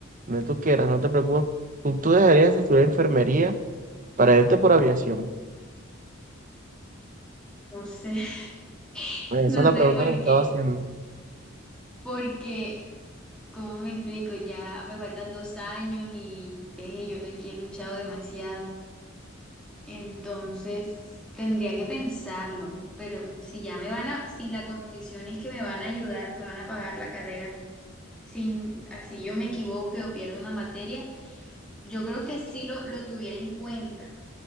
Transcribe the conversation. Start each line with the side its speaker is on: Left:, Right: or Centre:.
Right: donde tú quieras, no te preocupes, tú, tú dejarías de estudiar enfermería para irte por aviación.
Centre: no sé, <laughs>
Right: Pues esa
Centre: no
Right: es la
Centre: sé
Right: pregunta
Centre: por
Right: que estaba
Centre: qué,
Right: haciendo.
Centre: porque, cómo me explico? Ya me faltan dos años y ve, yo aquí he luchado demasiado. Entonces, tendría que pensarlo, pero si ya me van a, si la condición es que me van a ayudar, me van a pagar la carrera, sin, así yo me equivoque o pierdo una materia, Yo creo que sí lo, lo tuviera en cuenta,